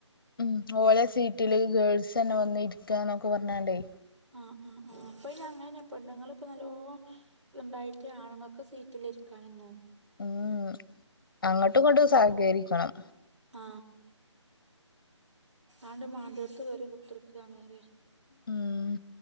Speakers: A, on the left; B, on the right.
A: ഉം ഓല സീറ്റില് ഗേൾസ്ന്നെ വന്നിരിക്കന്നൊക്കെ പറഞ്ഞണ്ടേ
B: ആ അ ആ ഇപ്പൊ അയ്ന് അങ്ങനെല്ലാ പെണ്ണുങ്ങൾ ഇപ്പോ നല്ലോ ഇണ്ടായിട്ട് ആണുങ്ങൾക്ക് സീറ്റിലിരിക്കാനെന്നും
A: ഉം ഉം അങ്ങോട്ടും ഇങ്ങണ്ടും സഹകരിക്കണം
B: ആ ആണ്ട് മാണ്ടിയോടത്ത് കേറി കുത്ത്ർക്കാണ് പറയാ
A: ഉം